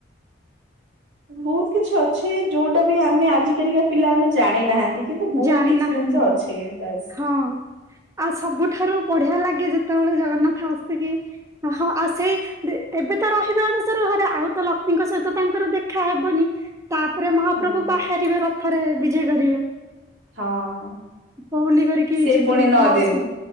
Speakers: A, on the right; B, on the right.
A: ବୋହୁତ କିଛି ଅଛି ଯୋଉଟା ବି ଆମେ ଆଜିକାଲିକା ପିଲା ଆମେ ଜାଣିନାହାନ୍ତି। କିନ୍ତୁ ବହୁତ
B: ଜାଣିନାହାନ୍ତି
A: କିଛି ଜିନିଷ ଅଛି। ବାସ୍
B: ହଁ ଆଉ ସବୁଠାରୁ ବଢିଆ ଲାଗେ ଯେତେବେଳେ ଜଗନ୍ନାଥ ଆସି କିି ହଁ ଆଉ ସେଇ ଏବେ ତ ରହିବେ ଅନଣସର ଘରେ ଆଉ ତ ଲକ୍ଷ୍ମୀଙ୍କ ସହିତ ତାଙ୍କର ଦେଖାହବନି ତାପରେ ମହାପ୍ରଭୁ
A: ହଁ।
B: ବାହାରିବେ ରଥରେ ବିଜେ କରିବେ।
A: ହଁ
B: ପହଣ୍ଡି କରିକି
A: ସେ
B: ଯିବେ
A: ପୁଣି ନଅ
B: ମାଉସୀ
A: ଦିନ